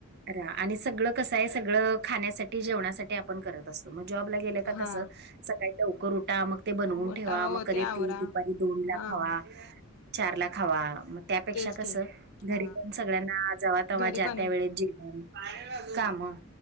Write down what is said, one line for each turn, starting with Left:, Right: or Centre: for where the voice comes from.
Right: रा आणि सगळं कसं आहे सगळं खाण्यासाठी जेवणासाठी आप''--'' पण करत असतो मग जॉबला गेलं का
Left: हा
Right: कस सकाळी लवकर उठा मग. ते बनवून
Left: गोटा
Right: ठेवा
Left: हो
Right: मग कधी
Left: आवरा
Right: ते दुपारी दोन ला
Left: हा
Right: खावा चार ला खावा. त्यापेक्षा
Left: तेच
Right: कस
Left: की
Right: घरी
Left: हा
Right: जा सगळ्यां जात
Left: घरी
Right: ज्या
Left: बन
Right: त्या वे जेव का, हा मग,